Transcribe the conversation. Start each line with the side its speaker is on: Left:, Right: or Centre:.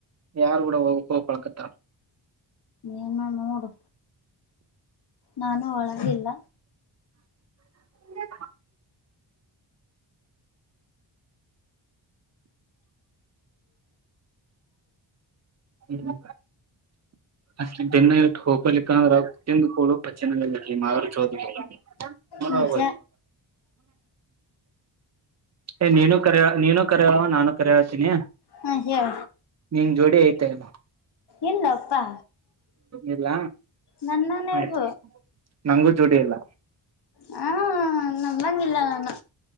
Right: ಯಾರು ಕೂಡ ಒಪಳಕದಾರ
Left: ಏನೋ ನೋಡು ನಾನು ಒಳಗಲ್ಲ
Right: ಹ <unintelligible> ಹ್ಮ ಅಷ್ಟನ್ನ ಇಟ್ಟು ಹೋಗಪರ್ಲಿಕ್ಕಂದ ತಿಂದುಕಳು ಬಚ್ಚಿಿನಗಲ್ಲಿಕ್ಕೆ ಮಾಗರು ಚೌಧಕ್ಕೆಳ
Left: ನಿಜ
Right: ಏ ನೀನು ಕರ ನೀನು ಕರ ನಾನು ಕರ ಹಳ್ತೀನಿ
Left: ಹ ಹೇಳ
Right: ನಿನ್ ಜೋಡಿ ಐತಿ ತ್ತನು
Left: ಇಲ್ಲಪ್ಪಾ
Right: ಇಲ್ಲ
Left: ನನ್ನನ್ಗು
Right: ಆಯ್ತು ನಂಗೂ ಜೋಡಿ ಇಲ್ಲ
Left: ಹ ನಂಬಂಗಿಲ್ಲಲ್ಲಾನ